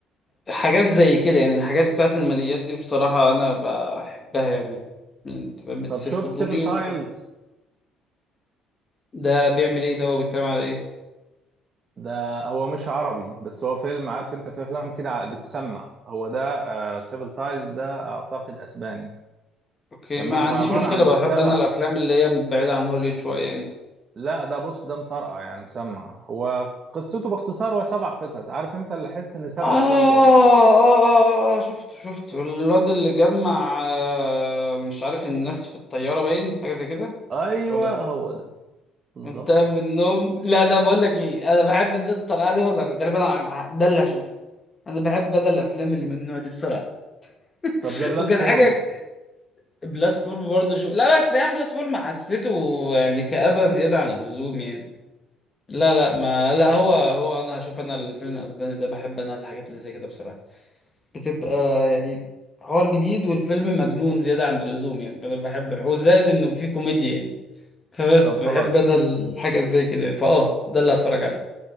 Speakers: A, on the left; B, on the right.
A: حاجات زي كده يعني الحاجات بتاعت الماليات دي بصراحة أنا بحبها يعني أنت فاهم؟ بتثير
B: طب شفت
A: فضولي
B: سيفن
A: وبحب
B: تايلز
A: ده بيعمل إيه ده وبيتكلم على إيه
B: ده هو مش عربي بس هو فيلم عارف انت في افلام كده ع- بتسمع هو ده آه سيفن تايلز ده اعتقد اسباني
A: أوكي
B: تمام
A: ما عنديش
B: هو عبارة
A: مشكلة
B: عن
A: بحب
B: سبع
A: أنا الأفلام اللي هي بعيدة عن هوليوود شوية يعني
B: لا ده بص ده مطرقع يعني مسمع هو قصته باختصار هو سبع قصص عارف انت اللي حس ان سبع
A: آه آه
B: افلام جوه بعض
A: آه آه شفته شفته الواد اللي جمع آه، مش عارف الناس في الطيارة باين حاجة زي كده
B: ايوه
A: ولا
B: هو ده بالظبط
A: وانت قايم من النوم لا ده بقول لك ايه انا بحب ده الطريقة دي ولا غالبا أنا- ده اللي هشوفه انا بحب ده الافلام اللي من النوع دي بصراحة
B: طب
A: <laughs>
B: ذا بلاتفورم
A: وكان حاجة بلاتفورم برضه شو لا بس يعني بلاتفورم حسيته يعني كآبة زيادة عن اللزوم يعني لا لا ما لا هو هو انا هشوف انا الفيلم الاسباني ده بحب انا الحاجات اللي زي كده بصراحة بتبقى يعني حوار جديد والفيلم مجنون زيادة عن اللزوم يعني فأنا بحب الح- وزائد إنه فيه كوميديا يعني فبس
B: طب
A: بحب
B: خلاص
A: أنا الحاجة زي كده يعني، فأه ده اللي هتفرج عليه